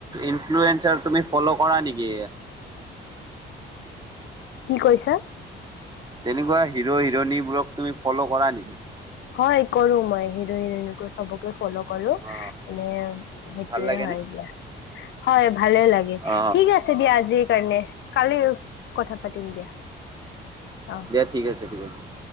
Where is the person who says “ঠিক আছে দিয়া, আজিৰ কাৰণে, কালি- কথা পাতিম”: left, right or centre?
Left